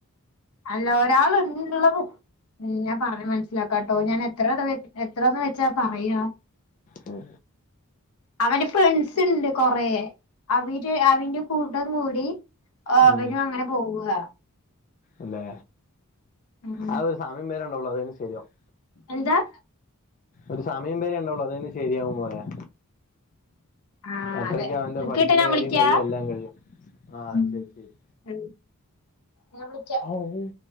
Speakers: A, on the left; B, on the left.
A: അല്ല ഒരാള് ള്ളത് എല്ലാം പറഞ്ഞ് മൻസ്സിലാക്കാട്ടോ ഞാൻ എത്രത് എത്രന്ന് വെച്ചാ പറയാ?
B: മ്
A: അവന് ഫ്രണ്ട്സ്ണ്ട് കൊറേ അവിര് അവ്ൻ്റെ കൂട്ടം കൂടി അവരും
B: ഉം
A: അങ്ങനെ പോവ്വാ
B: അല്ലെ
A: ഉം
B: അതൊരു സമയം പേരെണ്ടള്ളു അതയിഞ്ഞ് ശരിയാവും.
A: എന്താ
B: ഒരു സമയം വരെ എണ്ടാവുള്ളു അതയ്ഞ്ഞ ശരിയാവും പറയാ
A: ആഹ്
B: അത്രക്കെ
A: അതെ
B: അവന്റെ
A: ബുക്ക്
B: പഠിക്കണ്ട
A: കിട്ടാ ഞാൻ
B: കാര്യം
A: വിളിക്കാ
B: കഴിയും എല്ലാം കഴിയും ആ ശരി ശരി
A: ഉം ഞാൻ വിളിക്കാ
B: ആ ഉം